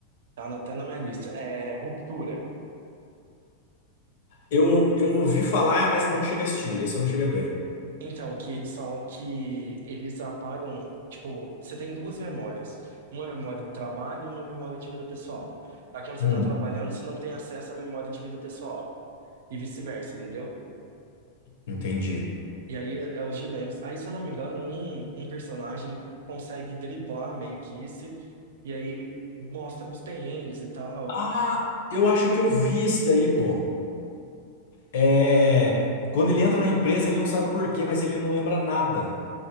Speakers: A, on the right; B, on the left.
A: Tá na- até na minha lista. É Ruptura.
B: Eu, eu ouvi falar, mas não cheguei a assistir. Esse eu não cheguei a ver.
A: Então, que eles falam que eles apagam, tipo, você tem duas memórias. Uma memória de trabalho e uma memória de vida pessoal. Aí quando você
B: Hum.
A: tá trabalhando, você não tem acesso à memória de vida pessoal. E vice-versa, entendeu?
B: Entendi.
A: E aí é, é os dilemas. Aí, se eu não me engano, um, um personagem consegue driblar meio que isso, e aí mostra os perrengues e tal.
B: Ah, eu acho que eu vi esse daí, pô. É. Quando ele entra na empresa, ele não sabe por quê, mas ele não lembra nada.